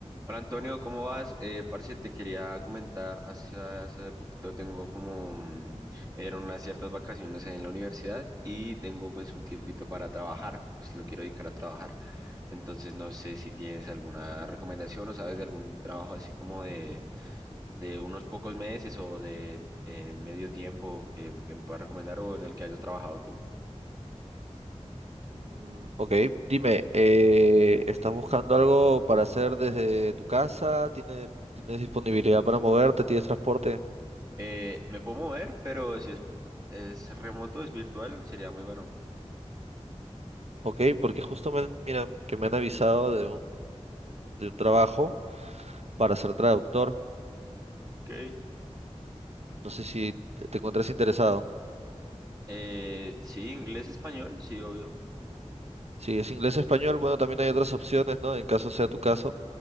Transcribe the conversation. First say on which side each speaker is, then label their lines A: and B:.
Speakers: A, on the right; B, on the right.
A: Hola Antonio, ¿cómo vas? Eh, parce, te quería comentar, hace, hace poquito tengo como, mm, me dieron unas ciertas vacaciones en la universidad y tengo pues un tiempito para trabajar, pues lo quiero dedicar a trabajar. Entonces no sé si tienes alguna recomendación o sabes de algún trabajo así como de, de unos pocos meses o de eh, medio tiempo que, que me puedas recomendar o en el que hayas trabajado tú.
B: Mm, Ok, dime, eh, ¿estás buscando algo para hacer desde tu casa? ¿Tiene- ¿Tienes disponibilidad para moverte? ¿Tienes transporte?
A: Eh, me puedo mover, pero si es, es remoto, es virtual, sería muy bueno.
B: Ok, porque justo me, han- mira, que me han avisado de un, de un trabajo para ser traductor.
A: Ok.
B: No sé si te te encuentras interesado.
A: Eh, sí, inglés, español, sí, obvio.
B: Si es inglés-español, bueno, también hay otras opciones, ¿no? En caso sea tu caso.